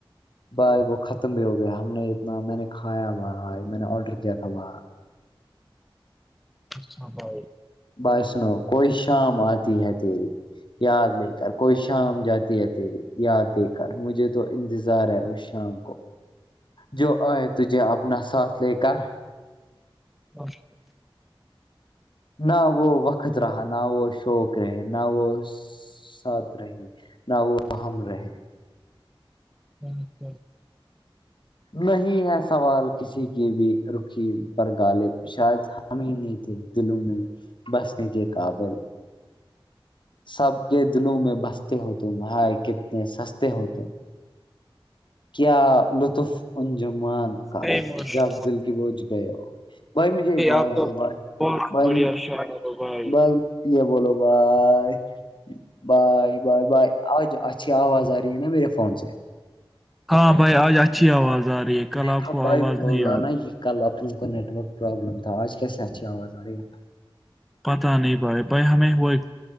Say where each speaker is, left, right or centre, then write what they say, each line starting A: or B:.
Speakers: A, on the left; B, in the centre.
A: بھائی وہ ختم بھی ہو گیا ہم نے اتنا میں نے کھایا ب ہائی میں نے آڈر کیا تھا ب
B: اچھا بھائی
A: بھائی سنو کوئی شام آتی ہے تیری یاد لے کر کوئی شام جاتی ہے تیری یاد دے کر مجھے تو انتظار ہے اس شام جو آئے تھے اپنا ساتھ لے کر
B: اچ
A: نہ وہ وقت رہا نہ وہ شوق رہے نہ وہ ساتھ رہی نہ وہ ام رہے
B: ہی س
A: نہیں ہے سوال کسی کی بھی رکھی پر غالب شاید ہم ہی نہیں تھے دلوں میں بسنے کے قابل سب کے دلوں میں بستے ہو تم ہائے کتنے سستے ہو تم کیا لطف انجمان کا
B: اے ماشاء اللہ،
A: جب دل کے بوجھ گئے ہو بھائی مجھے ایک بات
B: آپ تو
A: ہو بھائی
B: بہت
A: بھائی
B: بڑھیا شاعر ہو بھائی
A: بائی یہ بولو بھائی بائے بائے بائے آج اچھی آواز آ رہی ہے نا میرے فون سے
B: ہاں بھائی آج اچھی آواز آ رہی ہے کل
A: دیکھا
B: آپ کو
A: بھائی
B: آواز
A: بول
B: نہیں
A: رہا
B: آ رہی
A: نا یہ کل اب لوگ کو نیٹ ورک پرابلم تھا آج کیسے اچھی آواز آ رہی ہے
B: پتا نہیں بھائی بھائی ہمیں ہو ایک